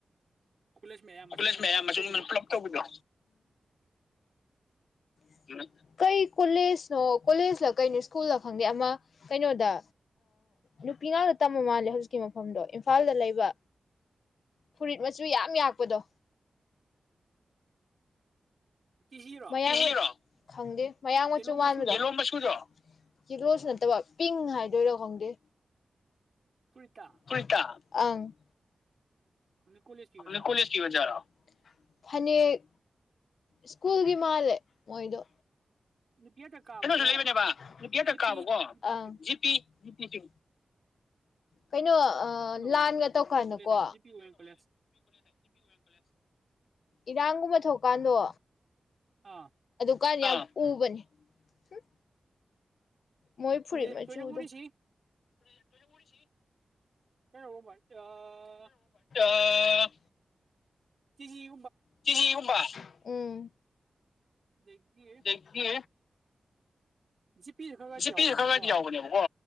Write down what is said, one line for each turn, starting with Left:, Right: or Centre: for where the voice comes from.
Right: ꯀꯣꯂꯦꯖ ꯃꯌꯥꯝ ꯃꯆꯨ
Left: ꯀꯣꯂꯦꯖ
Right: ꯃꯆꯨ
Left: ꯃꯌꯥꯝ
Right: ꯄꯨꯂꯞ
Left: ꯑꯃꯁ
Right: ꯇꯧꯕꯗꯣ
Left: ꯄꯨꯂꯞ ꯇꯧꯕꯤꯗꯣ ꯎ ꯀꯩ ꯀꯣꯂꯦꯖꯅꯣ ꯀꯣꯂꯦꯖꯅ ꯀꯩꯅꯣ ꯁ꯭ꯀꯨꯜꯅ ꯈꯪꯗꯦ ꯑꯃ ꯀꯩꯅꯣꯗ ꯅꯨꯄꯤ ꯉꯥꯛꯇ ꯇꯝꯃ ꯃꯥꯜꯂꯦ ꯍꯧꯖꯤꯛꯀꯤ ꯃꯐꯝꯗꯣ ꯏꯝꯐꯥꯜꯗ ꯂꯩꯕ ꯐꯨꯔꯤꯠ ꯃꯆꯨ ꯌꯥꯝ ꯌꯥꯛꯄꯗꯣ
Right: ꯇꯤꯖꯤꯔꯣ
Left: ꯃꯌꯥ ꯈꯪꯒꯦ ꯃꯌꯥꯝ
Right: ꯌꯦꯂꯣ
Left: ꯃꯆꯨ
Right: ꯃꯆꯨꯗꯣ
Left: ꯃ ꯌꯦꯂꯣꯁꯨ ꯅꯠꯇꯕ ꯄꯤꯡ ꯍꯥꯏꯗꯣꯏꯔꯥ ꯈꯪꯗꯦ
Right: ꯄꯨꯔꯤꯇꯥ
Left: ꯐꯨꯔꯤꯠꯇ ꯑꯪ
Right: ꯀꯣꯂꯦꯖꯀꯤ ꯑꯣꯖꯥꯔꯣ
Left: ꯑ ꯀꯣꯂꯦꯖꯀꯤꯕꯖꯥꯔ ꯐꯅꯦꯛ ꯁ꯭ꯀꯨꯜꯒꯤ ꯃꯥꯜꯂꯦ ꯃꯣꯏꯗꯣ
Right: ꯅꯨꯄꯤ ꯉꯥꯛꯇ ꯀꯥꯕꯀꯣ
Left: ꯀꯩꯅꯣꯁꯨ ꯂꯩꯕꯅꯦꯕ ꯅꯨꯄꯤ ꯑꯇꯛ
Right: ꯖꯤꯄꯤ
Left: ꯀꯥꯕꯀꯣ
Right: ꯖꯤꯄꯤꯁꯤ
Left: ꯖꯤꯄꯤꯤ ꯀꯩꯅꯣ
Right: ꯎꯗꯧ
Left: ꯂꯥꯟꯒ
Right: ꯃꯥꯜꯂꯦ
Left: ꯇꯧꯀꯥꯟꯗꯀꯣ
Right: ꯖꯤꯄꯤ ꯀꯣꯂꯦꯖ ꯍꯥꯏꯗꯤ ꯖꯤꯄꯤ ꯑꯣꯏ ꯀꯣꯂꯦꯖ
Left: ꯏꯔꯥꯡꯒꯨꯝꯕ ꯊꯣꯛ ꯀꯥꯟꯗꯣ
Right: ꯑꯥ
Left: ꯒꯥꯔꯤ ꯌꯥꯝ ꯎꯕꯅꯦ ꯎꯝ ꯃꯣꯏ ꯐꯨꯔꯤ
Right: ꯑꯗꯨꯗꯤ
Left: ꯃ
Right: ꯇꯣꯏꯅ
Left: ꯆꯗꯣ
Right: ꯎꯔꯤꯁꯤ ꯀꯩꯅꯣ ꯑꯥ
Left: ꯑꯥ
Right: ꯇꯤꯖꯤ
Left: ꯇꯤꯖꯤꯒꯨꯝꯕ ꯎꯝ
Right: ꯑꯗꯒꯤ
Left: ꯑꯗꯒꯤ
Right: ꯖꯤꯄꯤꯁꯨ ꯈꯔ ꯈꯔꯗꯤ
Left: ꯖꯤꯄꯤꯁꯨ
Right: ꯌꯥꯎꯕꯅꯦꯕꯀꯣ
Left: ꯈꯔ ꯈꯔꯗꯤ ꯌꯥꯎꯕꯅꯦꯕꯀꯣ